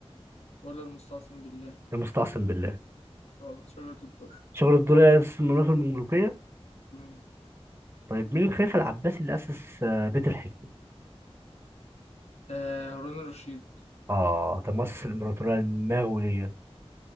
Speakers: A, on the left (about 80°); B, on the right (about 20°).
A: ولا المستعصم بالله؟
B: المستعصم بالله
A: غلط شجرة الدر
B: شجر الدر أسس المملكة المملوكية
A: مم.
B: طيب مين الخليفة العباسي اللي أسس آه، بيت الحكمة؟
A: أه هارون الرشيد
B: آه طب مؤسس الإمبراطورية المغولية